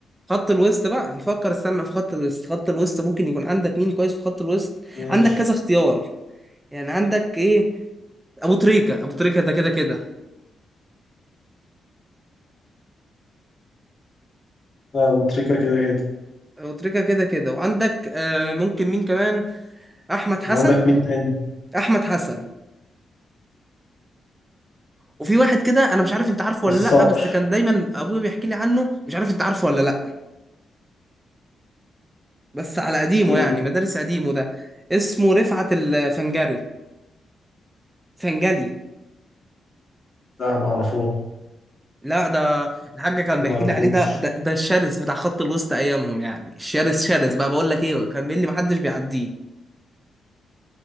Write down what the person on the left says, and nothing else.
ماشي
لا أبو تريكة كده كده
وعندك مين تاني
الصقر
مين
لا معرفوش
معرفوش